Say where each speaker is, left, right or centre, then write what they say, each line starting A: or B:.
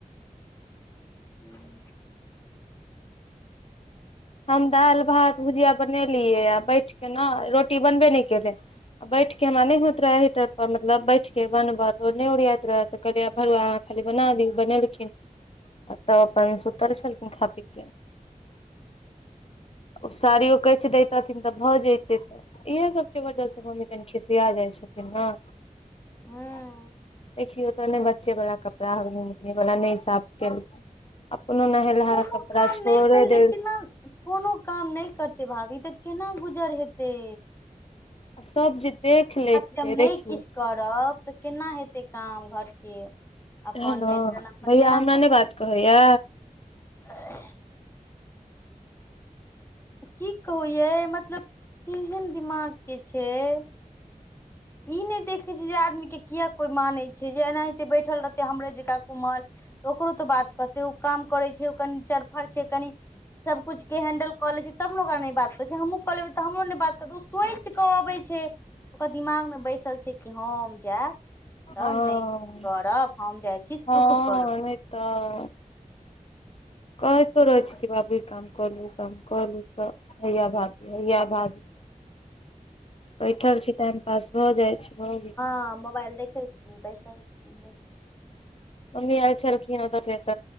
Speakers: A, on the left; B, on the left.
A: हूँ
B: हम दालि भात भुजिया बनेलियै आ बैठ क न रोटी बनबे नइ केलै आ बैठ के हमरा नै होइत रहै हिटर पर मतलब बैठ के मतलब नहि ओरियाइत रहय तऽ कहलियै भरुआ अहाँ खाली बना दियो बनेलखिन आ तब अपन सुतले छलखिन खा पी के साड़ियो कच देतथिन तऽ भऽ जते ते इहे सब के वजह से मम्मी कनि खिसिया जाय छय ने
A: हूँ
B: <unintelligible> देखियौ तऽ ने बच्चे वाला कपड़ा हो गेलै न वला नइ साफ केलकै अपन नहलहा
A: तऽ कोनो
B: कपड़ा
A: काम
B: छोड़े
A: नहि करै तऽ
B: देल
A: केना कोनो काम नइ करतै भाभी तऽ केना गुजर हेतय
B: आ सब जे देख लैतियै
A: जे हम नहि
B: रेखियौ
A: किछु करब तऽ केना हेतै काम घरके अपन
B: सएहन न
A: मेंटेन अपन
B: भैया
A: केना
B: ओना
A: करतै
B: नै बात कहैया
A: <inaudible> की कहू यऽ मतलब केहन दिमाग के छय ई नै देखैत छै जे आदमीके किया कोइ मानै छै जे एनाहिते बैठल रहतै हमरे जकाँ कुमल तऽ ओकरो तऽ बात कहतै ओ काम करै छै ओ कनि चरफर छै कनि सभकिछुके हैंडल कऽ लैत छै तब ने ओकरा नहि बात करै छै हमूँ कऽ लेबै तऽ हमरो नहि बात कहतै ओ सोचि कऽ अबैत छै ओकर दिमाग में बैसल छै कि हम जायब तऽ
B: हँ
A: नइ किछु करब हम जाइ छी सुख
B: हँ
A: करब
B: नहि तऽ कहैतो रहै
A: सुख
B: छी कि भाभि ई काम कर लू उ काम क लू तऽ भैया भाभि भैया भाभि बैठल छी टाइम पास भऽ जाइ छै भऽ गेलै
A: हँ मोबइल देखै छी बैसल छी बैसल
B: मम्मी आयल छलखिन ओत्त से‌ एत्त्